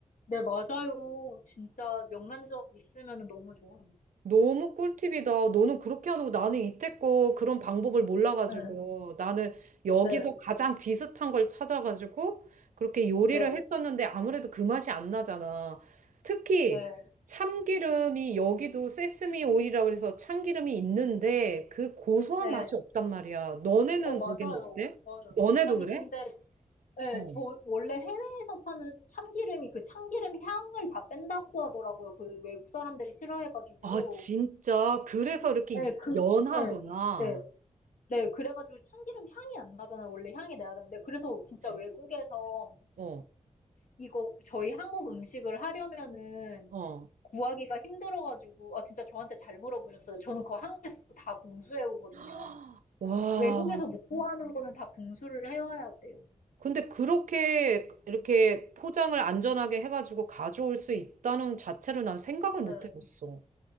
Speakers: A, on the left; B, on the right.
A: 네, 맞아요. 진짜 명란젓 있으면 너무 좋아요.
B: 너무 꿀팁이다. 너는 그렇게 안 하고 나는 이때껏 그런 방법을 몰라가지고
A: 네,
B: 나는 여기서
A: 네,
B: 가장 비슷한 걸 찾아가지고 그렇게 요리를
A: 네,
B: 했었는데 아무래도 그 맛이 안 나잖아. 특히
A: 네,
B: 참기름이 여기도 세스미 오일이라 그래서 참기름이 있는데 그 고소한
A: 네.
B: 맛이 없단 말이야. 너네는
A: 어, 맞아요.
B: 거기는 어때?
A: 맞아요.
B: 너네도
A: 아니,
B: 그래?
A: 근데 네,
B: 어.
A: 저 원래 해외에서 파는 참기름이 그 참기름 향을 다 뺀다고 하더라고요. 그 외국 사람들이 싫어해가지고.
B: 아, 진짜. 그래서 이렇게
A: 네, 그,
B: 연하구나.
A: 네, 네. 네, 그래가지고 참기름 향이 안 나잖아요. 원래 향이 나야 되는데. 그래서 진짜
B: 그치?
A: 외국에서
B: 어,
A: 이거 저희 한국 음식을 하려면은
B: 어.
A: 구하기가 힘들어가지고, 아, 진짜 저한테 잘 물어보셨어요. 저는 그거 한국에서 다 공수해 오거든요.
B: <gasps> 와,
A: 외국에서 못 구하는 거는 다 공수를 해와야 돼요.
B: 근데 그렇게 이렇게 포장을 안전하게 해가지고 가져올 수 있다는 자체를 난 생각을 못
A: 네.
B: 해봤어.